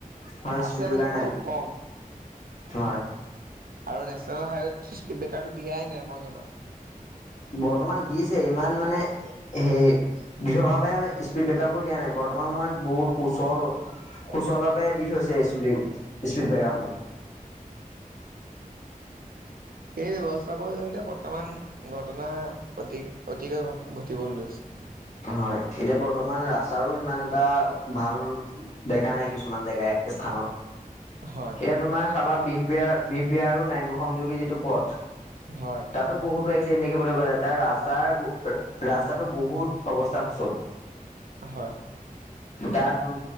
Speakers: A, on the left; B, on the right.
A: হয়
B: আছে
A: স্পীড বেকাৰ
B: মানে
A: নায়
B: খুব কম
A: হয়।
B: আৰু নেশ্যনেল হাইৱেত স্পীড ব্ৰেকাৰটো দিয়াই নাই মই জনাত।
A: বৰ্তমান দিছে ইমান মানে হে দৃঢ় ভাৱে স্পীড ব্ৰেকাৰ বোৰ দিয়া নাই বৰ্তমান সময়ত বহু সুচল সুচল ভাৱে দি থৈছে স্পীড স্পীড ব্ৰেকাৰসমূহ।
B: সেই ব্যৱস্থাবোৰ এতিয়া বৰ্তমান ঘটনা অতি অতিকৈ ঘটিবলৈ লৈছে।
A: হয় এতিয়া বৰ্তমান ৰাস্তাৰো ইমান এটা ভাল দেখা নাই, কিছুমান জেগা স্থানত।
B: হয়
A: এয়া তোমাৰ চাবা বি পিয়াৰ বি পিয়াৰ আৰু নাইনপুৰ সংযোগী যিটো পথ
B: হয়
A: তাতো বহুতো এক <unintelligible> দেখিবলৈ পোৱা যায় তাৰ ৰাস্তাৰ ৰাস্তাতটো বহুত অৱস্থা সুচল।
B: হয়।
A: তাত